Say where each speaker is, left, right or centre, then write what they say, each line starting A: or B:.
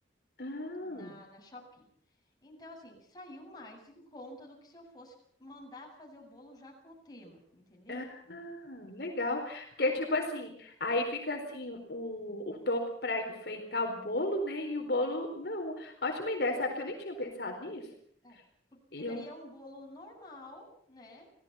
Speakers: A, on the left; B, on the left.
A: Ah.
B: na, na Shopee. Então, assim, saiu mais em conta do que se eu fosse mandar fazer o bolo já com o tema, entendeu?
A: Ah, legal. Porque, é tipo
B: Então,
A: assim, aí fica assim o, o topo para enfeitar o bolo, né? E o bolo, não. Ótima ideia, sabe? Que eu nem tinha pensado nisso.
B: é, porque
A: E
B: daí
A: eu
B: é um bolo normal, né?